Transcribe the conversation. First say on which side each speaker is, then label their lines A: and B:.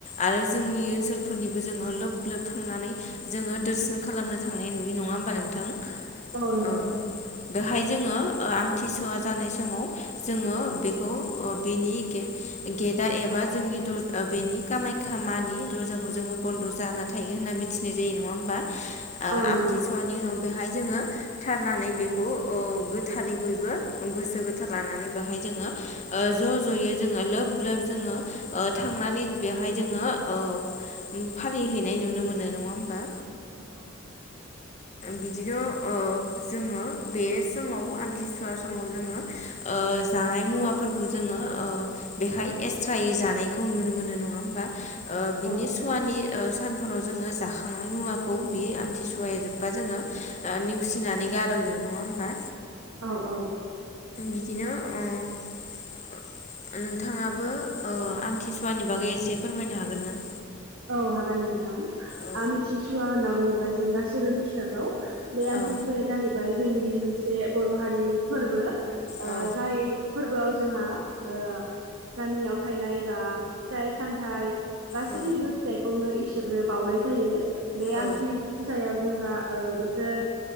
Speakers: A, on the left; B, on the right.
A: आरो जोंनि ओनसोलफोरनिबो जोङो लोब लोब थांनानै जोङो दोरसोन खालामनो थांनाय नुयो नङा होमबा नोंथां।
B: <unintelligible>
A: ओ बेहाय जोङो आमथिसुवा जानाय समाव जोङो बे खौ ओ बेनि गेट गेटआ एबा जोंनि दर बेनि खामाख्या मानि दर्जाखौ खौ जोङो बन्द जाना थायो होनना मिथिनाय जायो नङा होमबा ओ
B: औ नंगौ
A: आमथिसुवानि उनाव बेहाय जोङो थारनानै बेखौ ओ गोथारै बयबो गोसो गोथार लानानै बेहाय जोङो ओ ज' ज'यै जोङो लोब लोब जोङो ओ थांनानै बेवहाय जोङो ओ फालिहैनाय नुनो मोनो नङा होमबा।
B: औ औ।
A: बिदिनो ओ जोङो बे समाव आमथिसुवा समाव जोङो ओ जानाय मुवाफोरखौ जोङो ओ बेहाय एक्सट्रायै जानायखौ नुनो मोनो नङा होमबा। ओ बिनि
B: औ
A: सुवानि ओ सानफोराव जोङो जाखांनाय मुवाखौ बे आमथिसुवाया जोब बा जोङो ओ नेवसिनानै गार'यो नङा होमबा।
B: औ औ।
A: बिदिनो अ नोंथाङाबो ओ आमथिसुवानि बागै एसे फोरमायनो हागोन ना।
B: औ हागोन नोंथां
A: औ
B: आमथिसुवा होनना बुङोब्ला जों गासैबो मिथिखागौ। बे आमथिसुवाया
A: औ
B: जाहैबाय जोंनि मोनसे बर' हारिनि फोरबो। ओ
A: औ
B: जाय फोरबोआव जोंहा ओ गामियाव थाइनाय बा फिथाइ सामथाइ गासैबो
A: औ
B: बिखौनो इसोरनो बावनाय जायो बे
A: औ
B: आमथि फुजायाव जोंहा ओ बोथोर